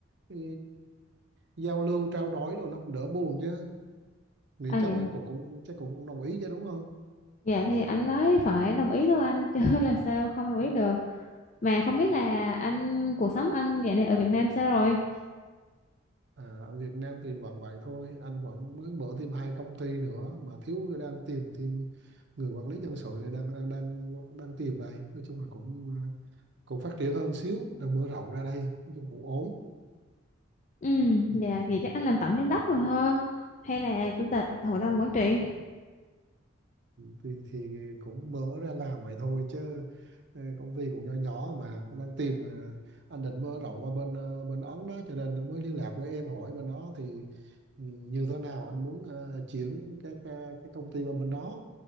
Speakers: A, on the right (about 60°); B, on the left (about 40°).
A: ừ, giao lưu trao đổi đồ nó cũng đỡ buồn chứ nghĩ
B: à
A: chồng
B: dạ
A: em cũng cũng chắc cũng, cũng đồng ý chứ đúng không
B: dạ thì anh ấy phải đồng ý thôi anh chứ <laughs> làm sao không đồng ý
A: ừ.
B: được mà không
A: Ừ.
B: biết là anh cuộc sống anh dạo này ở Việt Nam sao rồi
A: À, ở Việt Nam thì vẫn vậy thôi anh vẫn mới mở thêm hai công ty nữa mà thiếu đang tìm thêm người quản lý nhân sự để đang đang đang, đang tìm đây nói chung là cũng ờ, cũng phát triển hơn xíu đang mở rộng ra đây nói chung cũng ổn
B: Ừ,
A: Ừm,
B: dạ thì chắc anh làm tổng giám đốc rồi ha hay là chủ tịch hội đồng quản trị
A: thì thì cũng mở ra làm vậy thôi chứ ờ, công ty cũng nhỏ nhỏ mà cũng đang tìm mà anh định mở rộng qua bên ờ, bên Ấn đó cho nên mới liên lạc với em hỏi bên đó thì ừ, như thế nào anh muốn ờ, chuyển các ờ, cái công ty qua bên đó